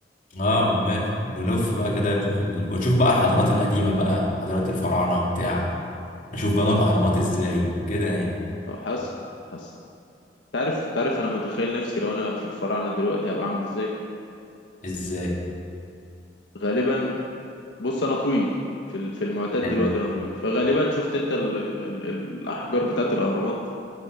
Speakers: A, on the left (about 45°); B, on the left (about 75°).
A: اه وماله نلف
B: مم.
A: بقى كده نشوف ال... ونشوف بقى الحضارات القديمه بقى حضارات الفراعنه وبتاع اشوف بنى الاهرامات ازاي كده يعني
B: اه حاسس حاسس تعرف تعرف انا متخيل نفسي لو انا في الفراعنه دلوقتي هبقى عامل ازاي
A: ازاي
B: غالبا بص انا طويل في ال- في المعتاد
A: حلو
B: دلوقتي انا طويل فغالبا شفت انت ال ال الاحجار بتاعت الاهرامات